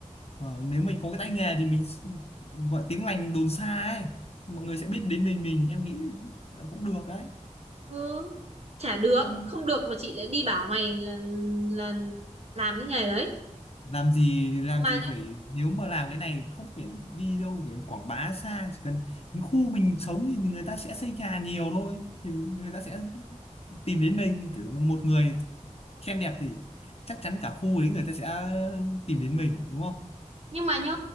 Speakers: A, on the left; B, on the right.
A: ờ, nếu mình có cái tay nghề thì mình s- gọi tiếng lành đồn xa ấy thì mọi người sẽ biết đến mình mình em nghĩ là cũng được đấy
B: ừ chả được
A: không
B: không được mà chị lại đi bảo mày là là làm cái nghề đấy
A: làm gì làm
B: mà
A: gì
B: nhá
A: phải nếu mà làm cái này không phải đi đâu kiểu quảng bá xa chỉ cần đến khu mình sống thì người ta sẽ xây nhà nhiều thôi thì người ta sẽ tìm đến mình kiểu một người khen đẹp thì chắc chắn cả khu ấy người ta sẽ tìm đến mình đúng không
B: nhưng mà nhá